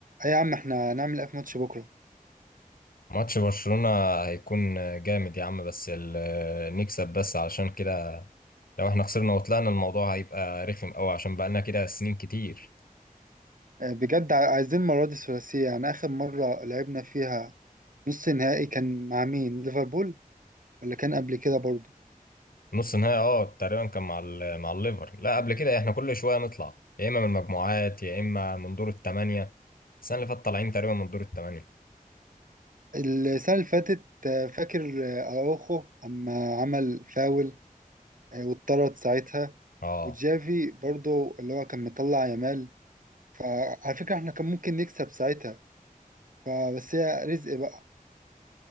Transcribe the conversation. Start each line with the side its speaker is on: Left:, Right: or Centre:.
Right: اي يا عم احنا هنعمل ايه في ماتش بكره
Left: ماتش برشلونة هيكون جامد يا عم بس ال- نكسب بس علشان كده لو احنا خسرنا وطلعنا الموضوع هيبقى رخم قوي عشان بقالنا كده سنين كتير
Right: آه، بجد ع- عايزين المره دي الثلاثيه يعني اخر مره لعبنا فيها نص نهائي كان مع مين ليفربول ولا كان قبل كده برضو
Left: نص نهائي اه تقريبا كان مع ال- مع الليفر لا قبل كده احنا كل شوية نطلع يا اما من المجموعات يا اما من دور الثمانية السنة اللي فاتت طالعين تقريبا من دور الثمانية
Right: السنه اللي فاتت آه، فاكر آه، اراوخو اما عمل فاول آه، واتطرد ساعتها
Left: اه
Right: وجافي برضو اللي هو كان مطلع يامال فعلى فكره احنا كان ممكن نكسب ساعتها فبس هي رزق بقى